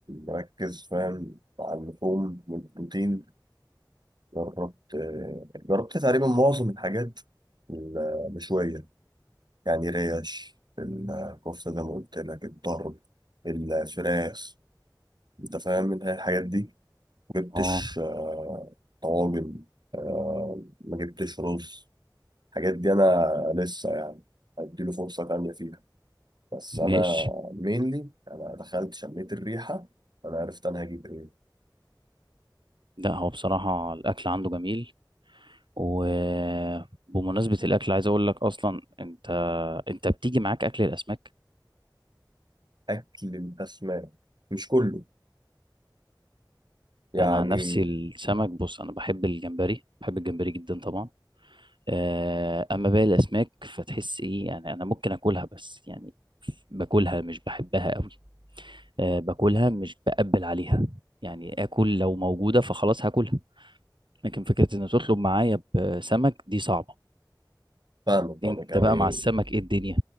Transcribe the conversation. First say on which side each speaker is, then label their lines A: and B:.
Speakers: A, on the right; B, on the right.
A: مركز فاهم على اللحوم والبروتين جربت جربت تقريبا معظم الحاجات المشوية يعني ريش الكفتة زي ما قلت لك الطرب الفراخ انت فاهم من الحاجات دي مجبتش
B: اه
A: آه، طواجن آه، ما جبتش رز الحاجات دي انا لسه يعني هديله فرصة تانية فيها بس
B: ماشي
A: انا مينلي انا دخلت شميت الريحة انا عرفت انا هجيب ايه
B: لا هو بصراحة الأكل عنده جميل وبمناسبة الأكل عايز أقول لك أصلا أنت أنت بتيجي معاك أكل الأسماك
A: اكل الاسماك مش كله يعني
B: أنا عن نفسي السمك بص أنا بحب الجمبري بحب الجمبري جدا طبعا آه، اما باقي الاسماك فتحس ايه يعني انا ممكن اكلها بس يعني باكلها مش بحبها قوي أه باكلها مش بقبل عليها يعني اكل لو موجوده فخلاص هاكلها لكن فكره ان تطلب معايا بسمك دي صعبه
A: فاهمك فاهمك
B: انت
A: يعني
B: بقى مع السمك ايه الدنيا